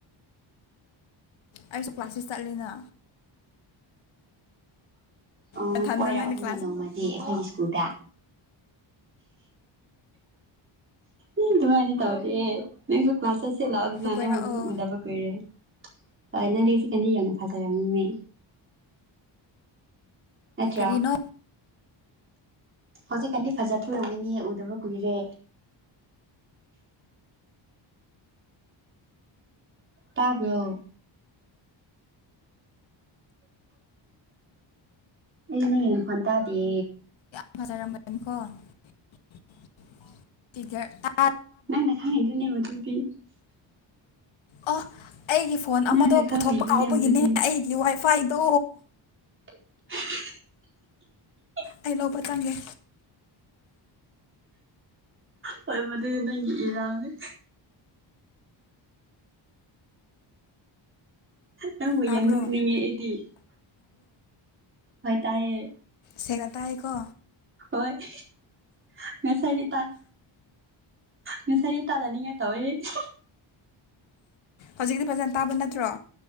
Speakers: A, on the left; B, on the right.
A: ꯑꯩꯁꯨ ꯀ꯭ꯂꯥꯁꯁꯦ ꯆꯠꯂꯦꯅ
B: ꯑꯣ
A: ꯅꯊꯟꯗ
B: ꯀꯣꯏꯔꯛꯑꯣꯗꯅ
A: ꯅꯪꯗꯤ ꯀ꯭ꯂꯥꯁ
B: ꯅꯣꯡꯃꯗꯤ ꯁꯨꯗ ꯎ ꯊ ꯑꯅꯤ ꯇꯧꯗꯤꯦ ꯅꯦꯛ ꯀ ꯀ꯭ꯂꯥꯁ ꯁꯤ ꯂꯥꯎꯅꯦ
A: ꯀꯣꯏꯔꯛꯑꯣ
B: ꯎꯗꯕ ꯀꯔꯦ ꯍꯣꯏ ꯅꯪꯒꯤ ꯁꯤꯀꯟꯗꯤ ꯌꯥꯝꯅ ꯐꯖꯔꯝꯃꯦꯅꯦ ꯅꯥꯇ꯭ꯔꯥ
A: ꯀꯔꯤꯅꯣ
B: ꯍꯧꯖꯤꯛꯀꯥꯟꯗꯤ ꯐꯖꯥ ꯊꯣꯛꯑꯝꯃꯤꯅꯦ ꯎꯗꯕ ꯀꯨꯏꯔꯦ ꯇꯥꯕꯔꯣ ꯑꯩꯅꯦ ꯐꯟ ꯇꯥꯗꯦ
A: ꯖꯔꯥ ꯃꯇꯝ ꯀꯣ <unintelligible>
B: ꯅꯪꯅ ꯈꯪꯩꯉꯤꯗꯨꯅꯦ ꯃꯗꯨꯗꯤ
A: ꯑꯣ ꯑꯩꯒꯤ ꯐꯣꯟ ꯑꯃꯗꯣ
B: ꯅꯪꯅ ꯈꯪꯉꯤꯗꯨꯅꯦ
A: ꯄꯨꯊꯣꯛꯄ ꯀꯥꯎꯕꯒꯤꯅꯦ
B: ꯃꯗꯨꯗꯤ
A: ꯑꯩꯒꯤ ꯋꯥꯏ ꯐꯥꯏꯗꯣ
B: <inaudible>
A: ꯑꯩ ꯂꯣꯕ ꯆꯪꯒꯦ
B: ꯍꯣꯏ ꯃꯗꯨ ꯅꯪꯒꯤ ꯏꯔꯥꯜꯅꯦ ꯅꯪꯕꯨ
A: ꯇꯥꯕ꯭ꯔꯣ
B: ꯌꯥꯝ ꯅꯣꯛꯅꯤꯡꯉꯦ ꯑꯩꯗꯤ ꯍꯣꯏ ꯇꯥꯏꯌꯦ
A: ꯁꯦꯡꯅꯇꯥꯏꯀꯣ
B: ꯍꯣꯏ <unintelligible> ꯉꯁꯥꯏꯗꯤ ꯇꯥꯏ ꯉꯁꯥꯏꯗꯤ ꯇꯥꯗꯅꯤꯡꯉꯦ ꯇꯋ <unintelligible>
A: ꯍꯧꯖꯤꯛꯇꯤ ꯐꯖꯅ ꯇꯥꯕ ꯅꯠꯇ꯭ꯔꯣ